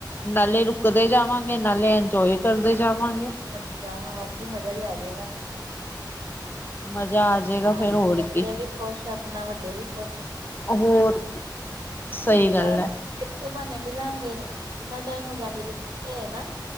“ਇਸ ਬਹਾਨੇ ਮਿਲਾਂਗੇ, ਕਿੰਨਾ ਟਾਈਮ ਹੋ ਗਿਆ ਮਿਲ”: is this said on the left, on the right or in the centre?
Right